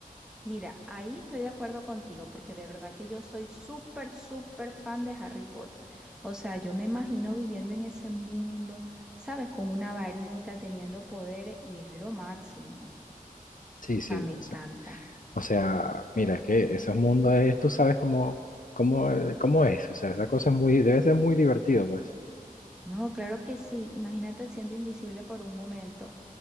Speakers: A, in the centre; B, on the left.
A: Mira, ahí estoy de acuerdo contigo porque de verdad que yo soy súper, súper fan de Harry Potter. O sea, yo me imagino viviendo en ese mundo, ¿sabes? Con una varita, teniendo poderes y es lo máximo.
B: Sí,
A: O
B: sí,
A: sea, me encanta.
B: o sea, o sea, mira, es que esos mundos es, tú sabes cómo, cómo, eh, cómo es, o sea, esa cosa es muy, debe ser muy divertido, pues.
A: No, claro que sí. Imagínate siendo invisible por un momento